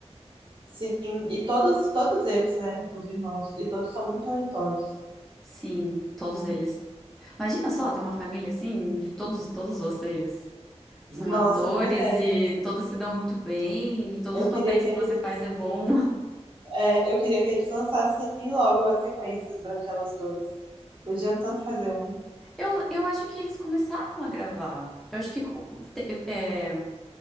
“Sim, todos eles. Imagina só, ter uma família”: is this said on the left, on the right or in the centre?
Centre